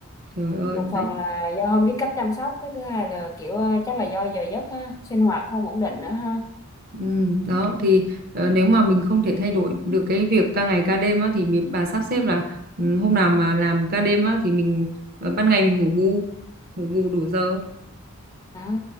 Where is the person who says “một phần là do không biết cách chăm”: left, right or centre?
Left